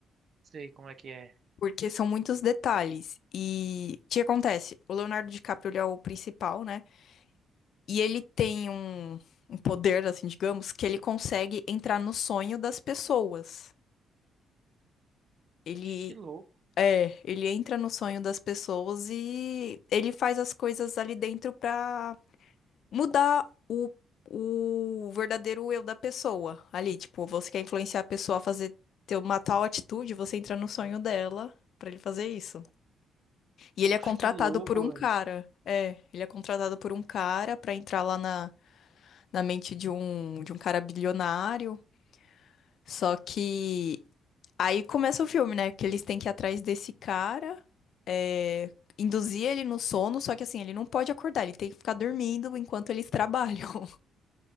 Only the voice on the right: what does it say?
sei como é que é.
Acho que louco.
Oxe,
que louco,
velho.